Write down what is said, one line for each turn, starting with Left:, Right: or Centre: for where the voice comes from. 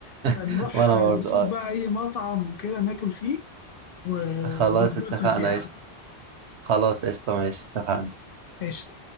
Left: فنروح
Right: <laughs> وانا
Left: آه،
Right: برضو
Left: نشوف
Right: اه
Left: بقى اي مطعم وكده ناكل فيه و-
Right: خلاص
Left: ونتبسط
Right: اتفقنا
Left: يعني
Right: قشطه خلاص قشطه ماشي اتفقنا
Left: قشطة